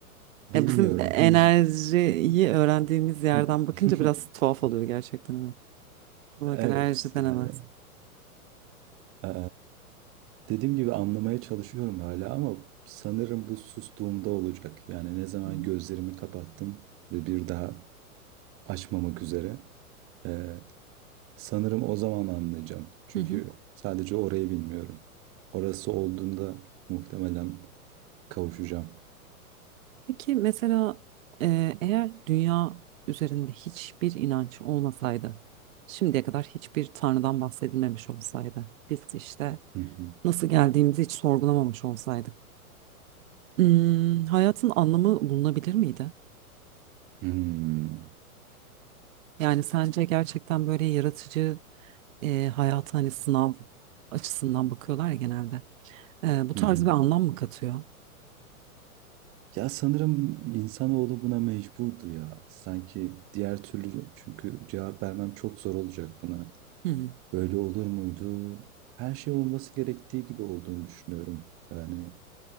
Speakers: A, on the right; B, on the right.
A: bilmiyorum
B: Ya bizim enerjiyi
A: henüz.
B: öğrendiğimiz yerden
A: <laughs>
B: bakınca biraz tuhaf oluyor gerçekten. ama. Ama
A: Evet
B: Bak enerji denemez.
A: yani. e, Dediğim gibi anlamaya çalışıyorum hala ama sanırım bu sustuğumda olacak. Yani ne zaman
B: Hı hı.
A: gözlerimi kapattım ve bir daha açmamak üzere. eee, sanırım o zaman anlayacağım. Çünkü
B: Hı hı.
A: sadece orayı bilmiyorum. Orası olduğunda muhtemelen kavuşacağım.
B: Peki mesela e, eğer dünya üzerinde hiçbir inanç olmasaydı, şimdiye kadar hiçbir tanrıdan bahsedilmemiş olsaydı, biz işte
A: Hı hı.
B: nasıl geldiğimizi hiç sorgulamamış olsaydık, hmm, hayatın anlamı bulunabilir miydi?
A: Hmm.
B: Yani sence gerçekten böyle yaratıcı e, hayata hani sınav açısından bakıyorlar ya genelde. Ee, bu
A: Hı
B: tarz
A: hı.
B: bir anlam mı katıyor?
A: Ya sanırım insanoğlu buna mecburdu ya. Sanki diğer türlü çünkü cevap vermem çok zor olacak buna.
B: Hı hı.
A: Böyle olur muydu? Her şey olması gerektiği gibi olduğunu düşünüyorum. Yani